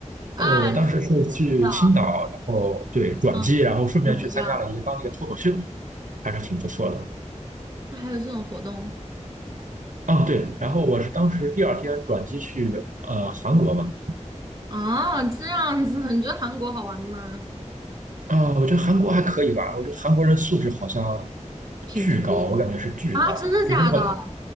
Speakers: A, on the right (about 30°); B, on the right (about 85°).
A: 啊？
B: 我我当时是去青岛，
A: 知道
B: 然后对转机，
A: 嗯，
B: 然后顺便去参加了一个当地的脱口秀，
A: 怎么样？
B: 还是挺不错的。
A: 那还有这种活动
B: 啊，对，然后我是当时第二天转机去呃韩国嘛，
A: 啊？这样子，你觉得韩国好玩吗？
B: 啊，我觉得韩国还可以吧，我觉得韩国人素质好像
A: 挺低调的
B: 巨高，我感觉是巨高。
A: 啊？真的假的？
B: 比如说那个，